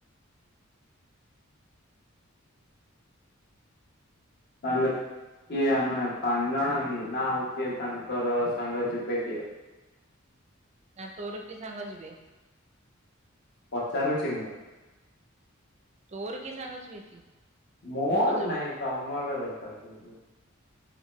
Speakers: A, on the left; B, on the right.
A: ତାହେଲେ କିଏ ଆମେ ପାଞ୍ଚ ଜଣ ହିଁ ନା ହଉ କିଏ ତାଙ୍କର ସାଙ୍ଗ ଯିବେ କିଏ?
B: ନା ତୋର କିଏ ସାଙ୍ଗ ଯିବେ?
A: ପଚାରୁଛି ମୁଁ।
B: ତୋର କିଏ ସାଙ୍ଗ ଯିବେ କି?
A: ମୋର
B: ମୁଁ ପଚାରୁଛି
A: ନାଇଁ ତମର କଥା କ